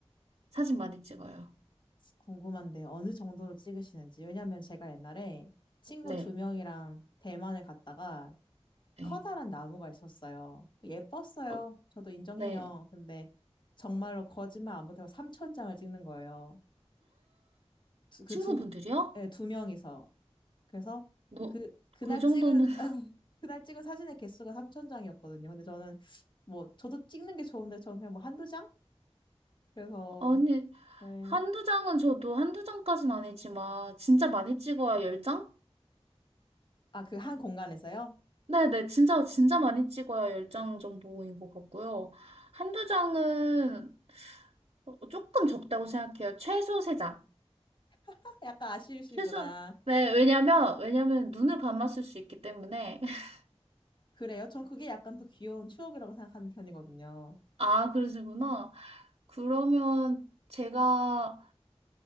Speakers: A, on the right; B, on the left.
A: 사진 많이 찍어요.
B: 궁금한데 어느 정도로 찍으시는지. 왜냐면 제가 옛날에 친구
A: 네.
B: 두 명이랑 대만을 갔다가
A: 네.
B: 커다란 나무가 있었어요. 예뻤어요.
A: 어,
B: 저도 인정해요.
A: 네.
B: 근데 정말로 거짓말 안 보태고 3천 장을 찍는 거예요. 두- 그
A: 친구분들이요?
B: 두, 예, 두 명이서. 그래서
A: 너,
B: 그, 그날
A: 그 정도는,
B: 찍은,
A: <laughs>
B: <laughs> 그날 찍은 사진의 개수가 3천 장이었거든요. 근데 저는 뭐 저도 찍는 게 좋은데 저는 그냥 뭐 한두 장? 그래서
A: 아니,
B: 네.
A: 한두 장은 저도 한두 장까진 아니지만, 진짜 많이 찍어야 열 장?
B: 아, 그 한 공간에서요?
A: 네네, 진짜, 진짜 많이 찍어야 열 장 정도인 것 같고요. 한두 장은 어, 조금 적다고 생각해요. 최소 세 장.
B: 아, 약간 아쉬우시구나.
A: 최소, 네, 왜냐면, 왜냐면 눈을 감았을 수 있기 때문에. <laughs>
B: 그래요? 전 그게 약간 더 귀여운 추억이라고 생각하는 편이거든요.
A: 아, 그러시구나. 그러면 제가